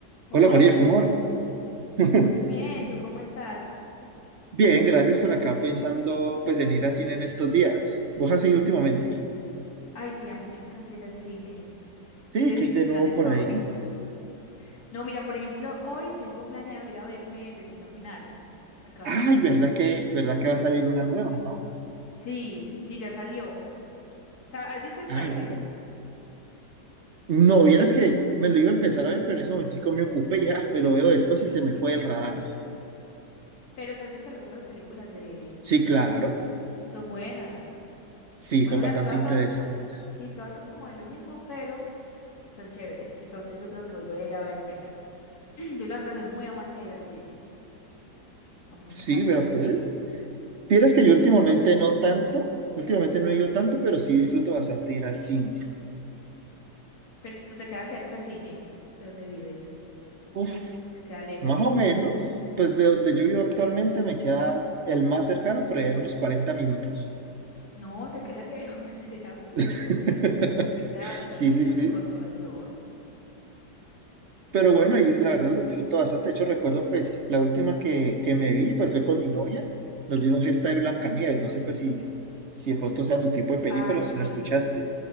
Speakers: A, on the left; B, on the right.
A: Hola
B: Hola María,
A: Cristian,
B: ¿cómo vas? <laughs>
A: muy bien, ¿tú cómo estás?
B: Bien, gracias por acá pensando pues en ir a cine en estos días. ¿Vos has ido últimamente?
A: Ay, sí, a mí me encanta ir al cine,
B: Sí,
A: es de
B: que
A: mis
B: hay de
A: planes
B: nuevo por
A: favoritos.
B: ahí.
A: No, mira, por ejemplo, hoy tengo planeado ir a verme Destino Final, ¿Acaba
B: Ay,
A: de salir.
B: ¿verdad que, verdad que va a salir una nueva, ¿no?
A: Sí, sí, ya salió. O sea, has visto el
B: Ah,
A: tráiler,
B: bueno. No, vieras que me lo iba a empezar a ver, pero en ese momentico me ocupé ya, me lo veo después y se me fue el radar.
A: pero te has visto las otras películas de...
B: Sí, claro.
A: Son buenas,
B: Sí,
A: son buenas,
B: son
A: o
B: bastante
A: sea, todas
B: interesantes.
A: son, sí, todas son como de lo mismo, pero son chéveres. Entonces yo creo que hoy voy a ir a vérmela. <clears throat> Yo la verdad soy muy amante de ir al cine, a mí me
B: Sí,
A: encanta
B: vea
A: ir
B: pues.
A: al cine.
B: Vieras
A: Sí,
B: que yo últimamente no tanto, últimamente no he ido tanto, pero sí disfruto bastante ir al cine.
A: Pero te queda cerca el cine de donde vives.
B: Uf,
A: ¿O te queda lejos?
B: Más o menos, pues de donde yo vivo actualmente me queda el más cercano, pero ya unos 40 minutos.
A: No, te queda lejos, <laughs> te queda muy lejos.
B: <laughs>
A: Te queda bastante
B: Sí, sí,
A: lejos,
B: sí.
A: con razón.
B: Pero bueno, y la verdad lo disfruto bastante. De hecho, recuerdo pues la última que, que me vi, pues fue con mi novia. Nos vimos esta de Blancanieves. No sé pues si, si de pronto sea tu tipo de película
A: Ay,
B: o
A: sí.
B: si la escuchaste.